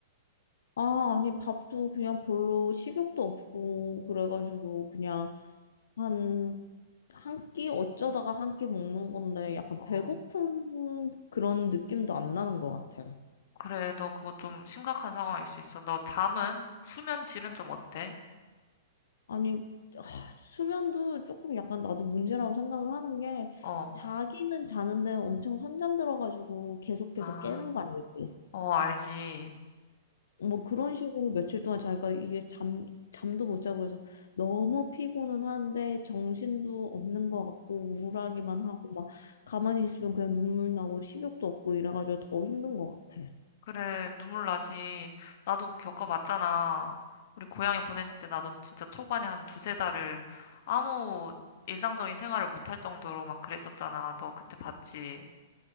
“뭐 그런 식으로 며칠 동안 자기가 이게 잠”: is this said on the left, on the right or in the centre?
Left